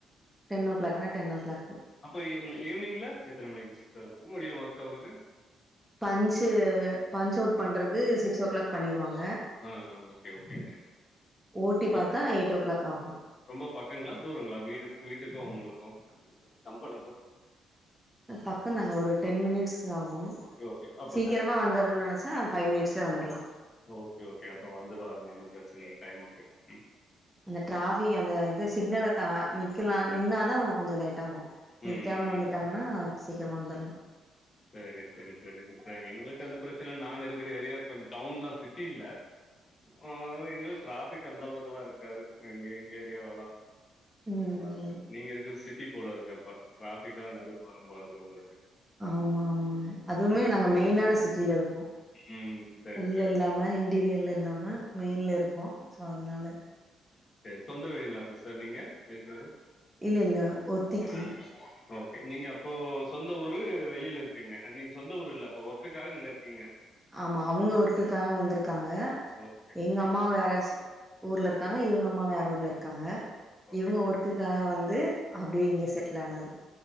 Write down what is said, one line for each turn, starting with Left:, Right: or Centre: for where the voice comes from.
Centre: டென் ஓ கிளாக்னா டென் ஓ கிளாக்கு
Left: அப்ப ஈவ் ஈவினிங்ல எத்தன மணிக்கு சிஸ்டர் முடியு ஒர்க் முடியு அவருக்கு
Centre: பஞ்சு பஞ்ச அவுட் பண்ட்றது சிக்ஸ் ஓ க்ளாக் பண்ணிடுவாங்க
Left: ஆ ஓகே ஓகேங்க
Centre: ஓட்டி
Left: ரொ
Centre: பாத்தா எயிட் ஓ க்ளாக் ஆகும்
Left: ரொம்ப பக்கங்களா தூரங்களா வீடு வீட்டுக்கும் உங்களுக்கும் கம்பெனிக்கும்
Centre: பக்கம் தாங்க ஒரு டென் மினிட்ஸ் இதாகும்
Left: ஓகே ஓகே அப்ப
Centre: சீக்கிரமாக
Left: டைம்
Centre: வந்தரும்ன்னு நனச்சா ஃபைவ் மினிட்ஸில வந்தர்லாம்
Left: ஓகே ஓகே அப்ப வந்துரு வாங்க ஒன்னும் பிரச்சனயே டைமுக்கு ம்
Centre: அந்த டிராபிக் அந்த இது சிக்னலா தா நிக்கலா நின்னாதான் கொஞ்ச லேட் டங்கும்
Left: ம்
Centre: நிக்காம
Left: ம்
Centre: வந்துட்டாங்கன்னா
Left: ம்.
Centre: சீக்கிரமா வந்தர்லாம்
Left: சரி சரி சரி சரி எங்களுக்கு அந்த பிரச்சன நாங்க இருக்கற ஏரியா கொஞ் டவுன் தான் சிட்டி இல்ல ம் இல்ல டிராபிக் அந்த அளவுக்குல்லா இருக்காது எங்க எங்க ஏரியாவ்லலாம்
Centre: ம்
Left: இவ்ளா இருக்க
Centre: ம்
Left: நீங்க இருக்க சிட்டி போலருக்கு அப்ப டிராஃபிக்கா நறைய வரும் போலருக்கு உங்களுக்கு
Centre: ஆமா ஆமாங்க அதுவுமே நாங்க மெயினான சிட்டில இருக்கோம்
Left: ம் சரி
Centre: உள்ள
Left: சரிங்க
Centre: இல்லாம இன்டீரியர்ல இல்லாம மெயின்ல இருக்கும் சோ அதனால
Left: சரி சொந்த வீடுங்களா சிஸ்டர் நீங்க இருக்குறது
Centre: இல்ல இல்ல ஒத்திக்கி
Left: ஓகே சிஸ்டர் ஓகே நீங்க அப்போ சொந்த ஊரு வெளியில இருக்கீங்க நீங்க சொந்த ஊர் இல்ல அப்போ ஒர்க்குக்காக இங்க இருக்கீங்க
Centre: ஆமா அவுங்க ஒர்க்கக்காக
Left: ஓ
Centre: வந்துருக்காங்க
Left: ஓகே
Centre: எங்கமா
Left: ஓகே
Centre: வேறஸ்சு ஊர்ல இருக்காங்க இவங்கம்மா வேற ஊர்ல இரு க்காங்க
Left: ஓ ஓகே
Centre: இவங்க ஒர்க்குக்காக வந்து அப்டியே இங்க செட்டுலானது